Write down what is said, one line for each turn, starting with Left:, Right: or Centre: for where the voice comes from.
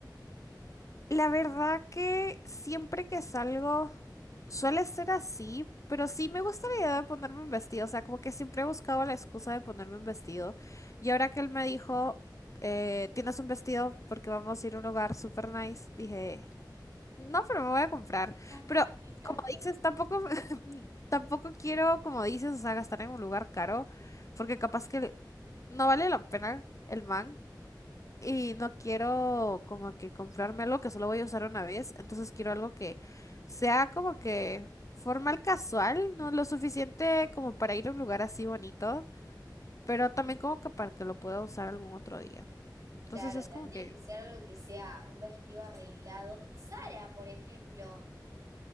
Left: La verdad que siempre que salgo suele ser así, pero sí me gusta la idea de ponerme un vestido. O sea, como que siempre he buscado la excusa de ponerme un vestido. Y ahora que él me dijo, eh, tienes un vestido porque vamos a ir a un lugar super nice, dije, No, pero me voy a comprar.
Right: <laughs>
Left: Pero
Right: Me encanta.
Left: como dices, tampoco, <laughs> tampoco quiero, como dices, o sea, gastar en un lugar caro, porque capaz que no vale la pena el man. Y no quiero como que comprarme algo que solo voy a usar una vez. Entonces quiero algo que sea como que formal casual, ¿no? Lo suficiente como para ir a un lugar así bonito, pero también como que para que lo pueda usar algún otro día.
Right: Claro,
Left: Entonces es
Right: tendría
Left: como que,
Right: que ser algo que sea un vestido arreglado. En Zara, por ejemplo.